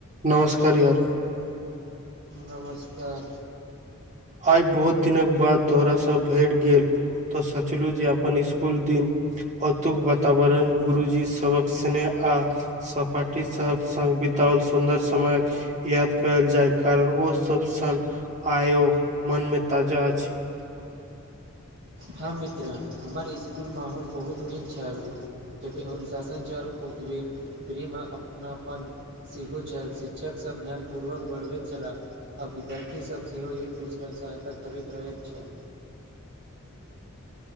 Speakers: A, on the right; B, on the right.
A: नमस्कार यार
B: नमस्कार
A: आइ बहुत दिनक बाद तोहरा सँ भेट गेल तऽ सचलु जे अपन इसकुल दिन अतुक वातावरण गुरुजी सबहक स्नेह आ सपाटी सबहक बितओल सुन्दर समयक याद करल जाय कारण ओ सब सन आयो मन मे ताजा अछि
B: हम मित्रा हमर इसकुल माहौल बहुत नीक छल जेतै अनुशासन छल ओतबे फ्री मऽ अपनापन सेहो छल शिक्षक सभ ध्यानपूर्वक बढ़बैत छलाह आब विद्यार्थीसभ सेहो एक दोसरक सहायता करैत रहैत छै